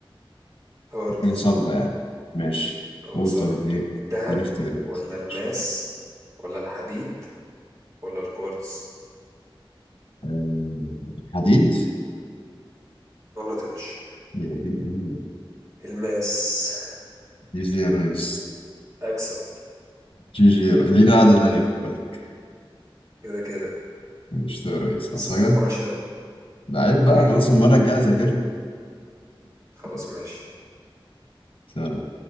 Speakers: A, on the right (about 35°); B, on the left (about 80°).
A: هاردست
B: حاجة صلبة يعني ماشي
A: هو
B: قول
A: صلب
B: طب اديني
A: الذهب
B: اديني اختيارات
A: ولا الماس
B: ماشي
A: ولا الحديد ولا الكوارتز
B: آه، حديد
A: غلط يا باشا
B: يا دين امين
A: الماس
B: دي زي يا ريس
A: اكسب
B: جي جي لينا قعدة تانية خد بالك
A: كده كده
B: مش يا ريس عاوز
A: بس ما
B: حاجة؟
A: تطمحش اوي
B: لعيب
A: حبيبي
B: بقى خلاص المرة الجاية أذاكر لك <laughs>
A: خلاص ماشي
B: سلام